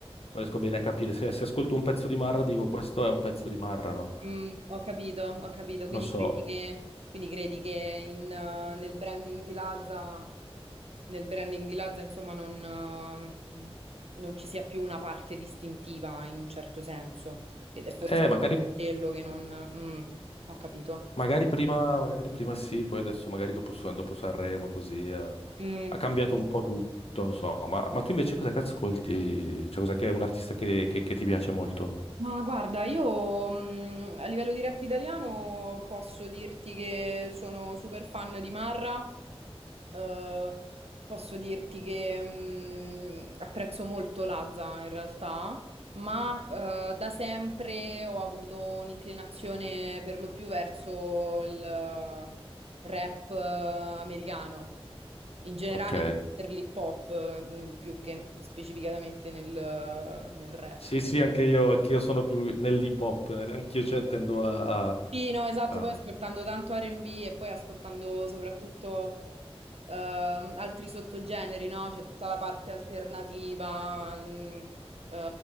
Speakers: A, on the left; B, on the right.
A: non riesco bene a capire. Se, se ascolto un pezzo di Marra, dico, questo è un pezzo di Marra, no?
B: mm, ho capito, ho capito. Quindi
A: Non
B: credi
A: so.
B: che, quindi credi che in, eh, nel branding di Lazza, nel branding di Lazza, insomma, non, eh, mm, non ci sia più una parte distintiva in un certo senso. Ed è forse
A: Eh, magari...
B: quello che non... mm, ho capito.
A: Magari prima, magari prima sì, poi adesso magari dopo, San- dopo Sanremo così eh, ha
B: Mm.
A: cambiato un po' tutto, non so. Ma, ma tu invece cosa che ascolti? Cioè cosa che è un artista che, che- che ti piace molto?
B: Ma guarda, io mh, a livello di rap italiano posso dirti che sono super fan di Marra, eh, posso dirti che mh, apprezzo molto Lazza in realtà, ma eh, da sempre ho avuto un'inclinazione per lo più verso il eh, rap eh, americano, in generale
A: Ok.
B: per l'hip hop, eh, mh, più che specificatamente nel nel rap.
A: Sì, sì, anche io, anch'io sono più nell'hip hop, nel- anch'io cioè, tendo a... a-
B: Sì, no, esatto,
A: a-
B: poi ascoltando tanto R&B e poi ascoltando soprattutto ehm, altri sottogeneri, no? C'è tutta la parte alternativa, mh, eh,